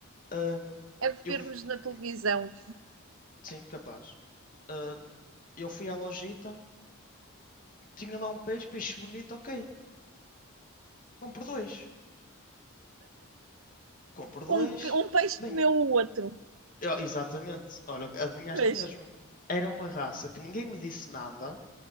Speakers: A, on the left; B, on the right.
A: Ahm,
B: É de
A: eu
B: vermos
A: fui.
B: na televisão
A: hum, sim, capaz. Ah, eu fui à lojita. Tinha lá um peixe, peixe bonito, ok. Compro dois. Compro dois.
B: um, um peixe
A: Bem.
B: comeu o outro.
A: Eu- exatamente. Olha, adivinhaste
B: Peixe,
A: mesmo. Era uma raça que ninguém me disse nada